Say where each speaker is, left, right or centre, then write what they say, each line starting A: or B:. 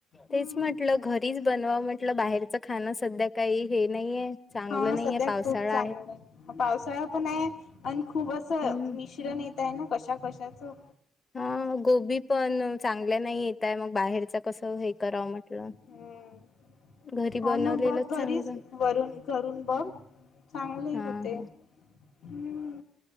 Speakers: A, on the left; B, on the left.
A: तेच
B: हम्म
A: म्हटलं घरीच बनवा म्हटलं बाहेरचं खाणं सध्या काही हे नाहीये चांगलं
B: हा
A: नाहीये
B: सध्या
A: पावसाळा
B: खूप चांगलं आहे पावसाळा पण आहे आणि खूप असं
A: हम्म
B: मिश्रण येत त्यांना कशा कशाचं
A: हा गोबी पण चांगल्या नाही येतय मग बाहेर कस हे करावं म्हटलं
B: हम्म
A: घरी
B: हा
A: बनवलेलंच
B: ना बघ
A: चांगलं
B: घरीच वरून घरून बघ चांगले
A: हा
B: होते
A: हा
B: हम्म